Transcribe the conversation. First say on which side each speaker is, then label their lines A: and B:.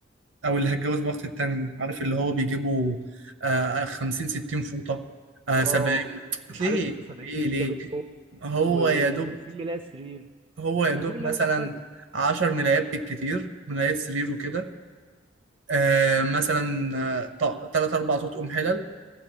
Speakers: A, on the right; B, on the right.
A: او اللي هتجوز بيها اختي التانيه عارف اللي هو بيجيبوا آه 50 60 فوطه آه
B: اه
A: 70
B: ومش
A: ليه
B: عارف 70
A: ليه ليه
B: بيجامه نوم
A: هو
B: و50
A: يا دوب
B: ملاية سرير
A: هو يا
B: انا
A: دوب
B: هجيب اللي
A: مثلا
B: انا محتاجه
A: 10 ملايات بالكتير ملايات سرير وكده آه مثلا آه، ط- تلات أربع تطقم حلل